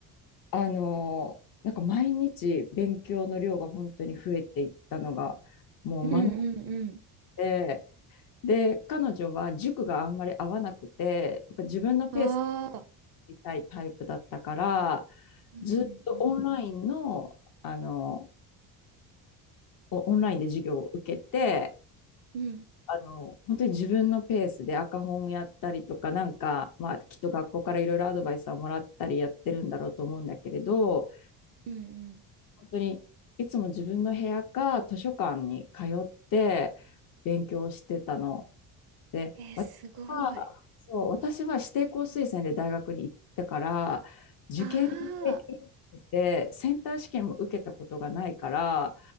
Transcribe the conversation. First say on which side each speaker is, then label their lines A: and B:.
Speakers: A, on the left (about 45°); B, on the right (about 50°).
A: あの、なんか毎日勉強の量が本当に増えていったのが、もう学ん
B: うんうん
A: で、で、彼女は塾があんまり合わなくて、やっぱ自分のペースで
B: うん。ああ。
A: いたいタイプだったから、
B: うんうんうん。
A: ずっとオンラインの、あの、オオンラインで授業を受けて、
B: うん
A: あの、本当に自分のペースで赤本やったりとか、なんか、まあ、きっと学校からいろいろアドバイスはもらったりやってるんだろうと思うんだけれど、
B: うんうん。
A: 本当にいつも自分の部屋か図書館に通って勉強してたの。で、
B: えー、
A: 私は、
B: すごい。
A: そう、私は指定校推薦で大学に行ったから、受験に経験なくて、
B: ああ、
A: センター試験も受けたことがないから、